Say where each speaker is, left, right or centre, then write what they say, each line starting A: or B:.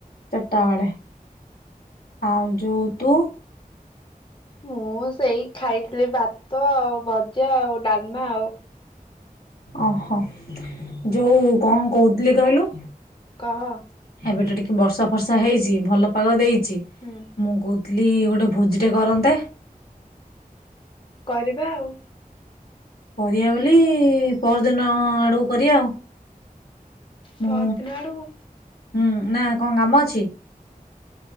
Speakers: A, on the left; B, on the left.
A: ଚାରିଟା ବଳେ ଆଉ ଯୋଉ ତୁ?
B: ମୁଁ ସେଇ ଖାଇଥିଲି ଭାତ ଆଉ ଭଜା ଆଉ ଡ଼ାଲମା ଆଉ।
A: ଓହୋ ଯୋଉ କଣ କହୁଥିଲି କହିଲୁ?
B: କହ।
A: ହେବିଟ ଟିକେ ବର୍ଷା ଫର୍ଷା ହେଇଛି ଭଲ ପାଗ ଦେଇଛି।
B: ହୁଁ।
A: ମୁଁ କହୁଥିଲି ଗୋଟେ ଭୋଜିଟେ କରନ୍ତେ।
B: କରିବା ଆଉ।
A: କରିବା ବୋଲି ପହର ଦିନ ଆଡ଼କୁ କରିବା ଆଉ। ମୁଁ
B: ପରଦିନ ଆଡକୁ
A: ହୁଁ ନା କଣ କାମ ଅଛି?